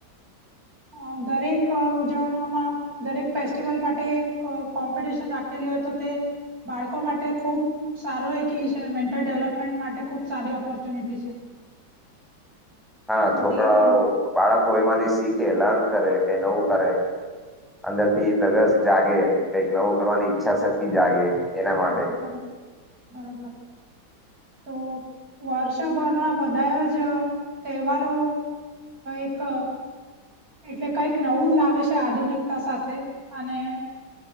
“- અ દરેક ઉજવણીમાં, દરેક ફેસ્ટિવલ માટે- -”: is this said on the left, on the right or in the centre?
Right